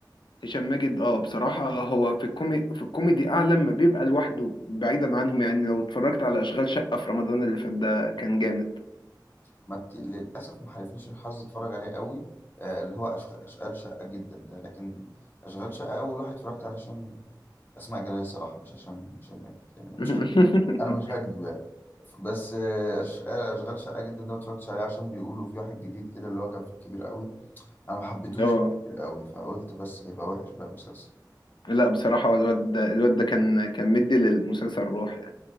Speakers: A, on the left (about 80°); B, on the left (about 25°).
A: هشام ماجد اه بصراحة هو في الكومي في الكوميدي أعلى لما بيبقى لوحده بعيدا عنهم يعني لو اتفرجت على أشغال شقة في رمضان اللي فات ده كان جامد
B: ما بت... للأسف ما حالفنيش الحظ أتفرج عليه قوي آه، اللي هو أشغ- أشغال شقة جدا ده لكن أشغال شقة أول واحد اتفرجت عليه عشان اسماء جلال الصراحه مش عشان هشام ماجد يعني مش
A: <laughs>
B: انا مش هكدب يعني بس آه، أش- آه، اشغال شقه جدا ده ما اتفرجتش عليه عشان بيقولوا في واحد جديد كده اللي هو كان في الكبير قوي انا ما حبيتهوش
A: اه
B: في الكبير قوي فقلت بس هيبقى وحش بقى المسلسل
A: لا بصراحة هو الواد ده الواد ده كان كان مدي للمسلسل روح يعني